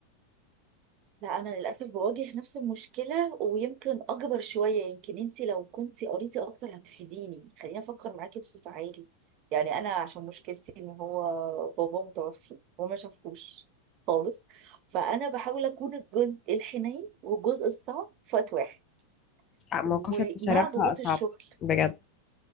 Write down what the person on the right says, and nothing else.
لا انا للاسف بواجه نفس المشكله ويمكن اكبر شويه يمكن انت لو كنت قريتي اكتر هتفيديني خليني افكر معاكي بصوت عالي يعني انا عشان مشكلتي ان هو بابا متوفي وما شافوش خالص فانا بحاول اكون الجزء الحنين والجزء الصعب في وقت واحد
ومع
ضغوط
الشغل